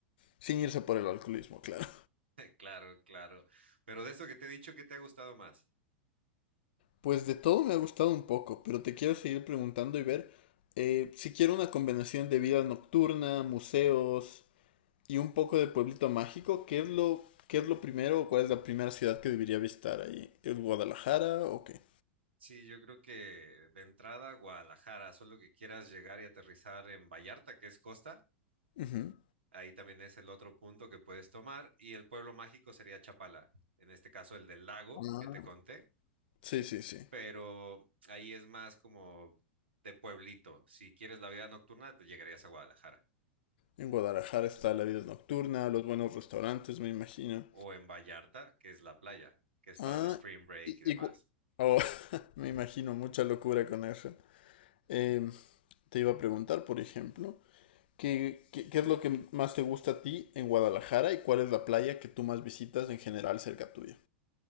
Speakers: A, on the left (about 60°); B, on the right (about 80°).
A: Sin irse por el alcoholismo, claro.
B: <laughs> Claro, claro. Pero de eso que te he dicho, ¿qué te ha gustado más?
A: Pues de todo me ha gustado un poco, pero te quiero seguir preguntando y ver eh, si quiero una combinación de vida nocturna, museos, y un poco de pueblito mágico, ¿qué es lo, qué es lo primero o cuál es la primera ciudad que debería visitar ahí? ¿Es Guadalajara o qué?
B: Sí, yo creo que de entrada Guadalajara, solo que quieras llegar y aterrizar en Vallarta, que es costa,
A: Ujú.
B: ahí también es el otro punto que puedes tomar, y el pueblo mágico sería Chapala, en este caso el del lago
A: Ah,
B: que te conté,
A: Sí, sí, sí.
B: pero ahí es más como de pueblito. Si quieres la vida nocturna, te llegarías a Guadalajara,
A: En Guadalajara está la vida nocturna, los buenos restaurantes, me imagino.
B: o en Vallarta, que es la playa, que es para
A: Ah,
B: el spring break
A: y,
B: y demás.
A: y cu- oh, <laughs> me imagino mucha locura con eso. Em, te iba a preguntar, por ejemplo, ¿qué, qué, qué es lo que más te gusta a ti en Guadalajara y cuál es la playa que tú más visitas en general cerca tuya?